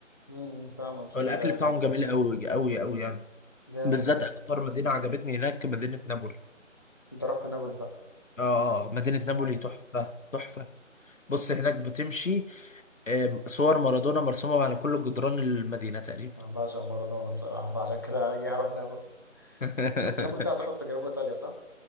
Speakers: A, on the left; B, on the left.
A: أمم، فاهمك شكلها
B: والاكل بتاعهم
A: حلو
B: جميل قوي قوي قوي يعني
A: جامد
B: بالذات
A: ده
B: اكتر مدينه عجبتني هناك مدينه نابولي
A: أنت رحت نابولي
B: اه آه، مدينه نابولي
A: بقى
B: تحفه تحفه بص هناك بتمشي آه، صور مارادونا مرسومة على كل جدران المدينة تقريبا
A: انا بعشق مارادونا بصراحه فعشان كده اجي اروح نابولي
B: <laughs>
A: بس نابولي ده اعتقد في جنوب ايطاليا صح؟